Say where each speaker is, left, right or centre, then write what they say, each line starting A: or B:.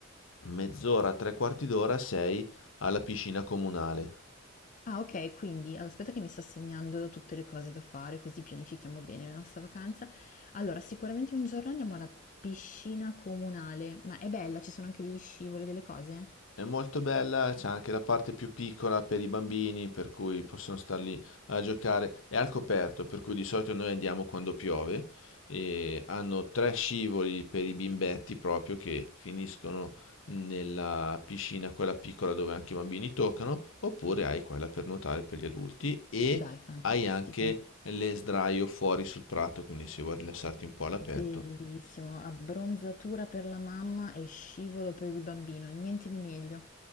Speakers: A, on the left; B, on the left.
A: mezz'ora, tre quarti d'ora sei alla piscina comunale.
B: Ah, okay, quindi allora aspetta che mi sto segnando tutte le cose da fare, così pianifichiamo bene la nostra vacanza. Allora, sicuramente un giorno andiamo alla piscina comunale, ma è bella? Ci sono anche degli scivoli, delle cose?
A: È molto bella, c'è anche la parte più piccola per i bambini, per cui possono star lì a giocare. È al coperto, per cui di solito noi andiamo quando piove. E hanno tre scivoli per i bimbetti proprio che finiscono nella piscina, quella piccola dove anche i bambini toccano, oppure hai quella per nuotare per gli adulti e
B: Dai, fantastico.
A: hai anche le sdraio fuori sul prato, quindi se vuoi rilassarti un po' all'aperto.
B: Bellissimo, abbronzatura per la mamma e scivolo per il bambino, niente di meglio.